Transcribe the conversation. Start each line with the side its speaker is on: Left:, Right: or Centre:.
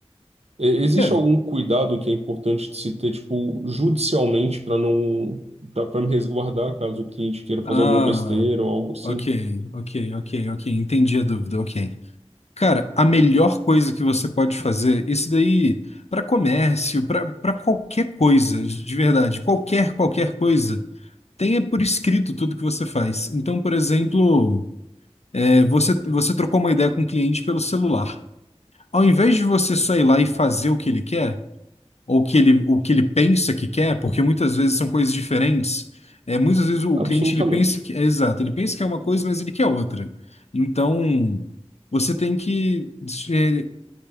Right: É, existe
Left: É,
Right: algum cuidado que é importante de se ter, tipo, judicialmente para não, para me resguardar caso o cliente queira
Left: Ah,
Right: fazer alguma besteira ou algo assim?
Left: ok, ok, ok, ok. Entendi a dúvida, ok. Cara, a melhor coisa que você pode fazer, isso daí, para comércio, para para qualquer coisa, de verdade, qualquer, qualquer coisa, tenha por escrito tudo que você faz. Então, por exemplo, é, você, você trocou uma ideia com o cliente pelo celular. Ao invés de você só ir lá e fazer o que ele quer, ou que ele, o que ele pensa que quer, porque muitas vezes são coisas diferentes. É, muitas vezes o
Right: Absolutamente.
Left: cliente ele pensa que é exato, ele pensa que é uma coisa, mas ele quer outra. Então, você tem que des- eh,